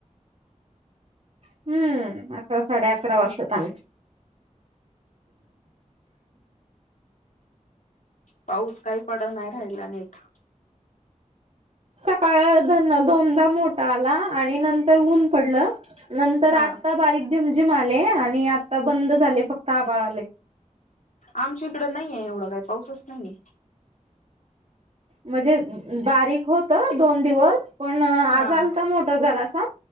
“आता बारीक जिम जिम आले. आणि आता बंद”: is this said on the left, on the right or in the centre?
Right